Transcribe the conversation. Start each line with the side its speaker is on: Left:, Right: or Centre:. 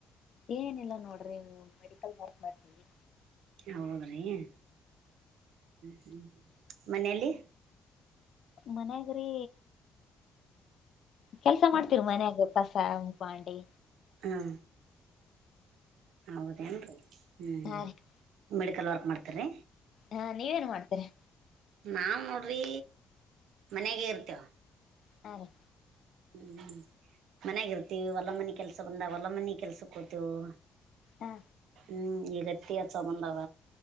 Left: ಏನಿಲ್ಲ ಮೆಡಿಕಲ್ ಹಾಸ್ ಮಾಡತೀವಿ
Right: ಹೌದ್ರೀ ಹ ಹ್ಞ ಮನೇಲಿ
Left: ಮನಗ್ರೀ ಕೆಲ್ಸ ಮಾಡ್ತೀರ ಮನ್ಯಾಗ ಕಸ ಮುಖಾಂಡಿ
Right: ಹ್ಮ ಹೌದ ಹ್ಮ್ ಹ್ಮ
Left: ಹಾ ರೀ
Right: ಮೆಡಿಕಲ್ ವರ್ಕ್ ಮಾಡ್ತರಿ
Left: ಹಾ ನೀವೇಏನ್ ಮಾಡ್ತೀರಿ
Right: ನಾವ್ ನೋಡ್ರಿ ಮನೆಗೆ ಇರ್ತೇವ
Left: ಹಾ ರ <inaudible>
Right: ಹ್ಮ್ ಮನ್ಯಾಗರ್ತಿವಿ ಹೊಲ್ಲ ಮನಿ ಕೆಲ್ಸ ಬಂದಾಗ ಹೊಲ್ಲ ಮನಿ ಕೆಲ್ಸಕ್ಕ ಹೋತೇವು
Left: ಹ್ಮ
Right: ಹ್ಮ್ ಈಗಟ್ಟಿ ಚ ಬಂದಾವ